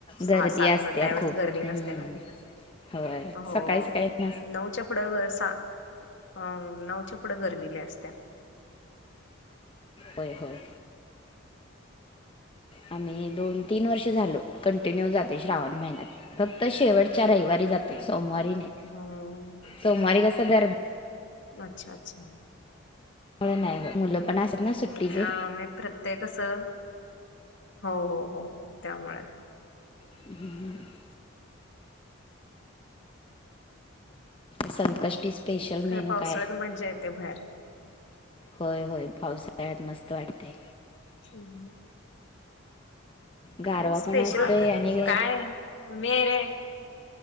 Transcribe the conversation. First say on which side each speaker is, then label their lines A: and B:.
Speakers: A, on the left; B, on the left.
A: सहा-सातला
B: गर्दी असत्या
A: त्यावेेळेस
B: खूप
A: गर्दी
B: हम्म.
A: नसते ना.
B: होय
A: हो
B: सकाळी सकाळी नसते
A: नऊच्या पुढं सा, हा नावच्या पुढं गर्दील्या असत्या.
B: होय होय. आम्ही दोन-तीन वर्ष झाल कंटिन्यू जाते श्रावण महिन्यात. फक्त शेवटच्या रविवारी जाते सोमवारी नाही
A: हम्म.
B: सोमवारी कस गर
A: अच्छा! अच्छा!
B: नाही नाही मुलं पण असतात ना सुट्टीचे
A: ह आम्ही प्रत्येक अस हो हो हो हो त्यामुळे.
B: <unintelligible> संकष्टी स्पेशल
A: खर
B: मेनू
A: पावसाळ्यात
B: काय
A: मज्जा येते बाहेर.
B: होय होय पावसाळ्यात मस्त वाटतयं.
A: हम्म काय
B: गारवा
A: स्पेशल
B: पण असतोय
A: काय.
B: आणि
A: काय हाय मी हाय रे.